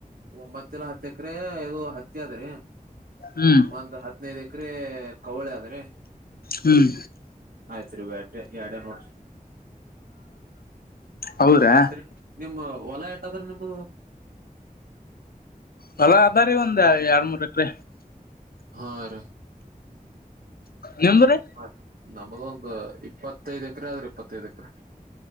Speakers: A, on the right; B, on the left.
A: ಒ ಒಂಬತ್ತಲ್ಲ ಹತ್ತ ಎಕರೆ ಇದು ಹತ್ತಿ ಅದ್ರೀ
B: ಹ್ಮ್
A: ಒಂದ ಹದಿನೈದು ಎಕರೆ ಅ್ರೆ ಕವಳ ಆದರೆ ಆದ್ರಿ
B: ಹ್ಮ್
A: ಆಯ್ತ್ ರೀ ಬಟ್ಟ ಎರಡ ನೋಡ್ರಿ
B: ಹೌದ್ರಾ
A: ಮತ್ರೀ ನಿಮ್ಮ ಹೊಲ ಎ ಅಂದ್ರೆ ನಂಬೋದು
B: ಹೊಲ ಅದಾ ರೀ ಒಂದ ಎರಡ್ ಮೂರ್ ಎಕ್ರ
A: ಹಾ ರ
B: ನಿಮ್ದ್ರಿ
A: ಮತ್ ನಮ್ಮದು ಒಂದು ಇಪ್ಪತ್ತೈದು್ ಎಕರೆ ಆದ್ರಿ ಇಪ್ಪತ್ತೈದು ಎಕರೆ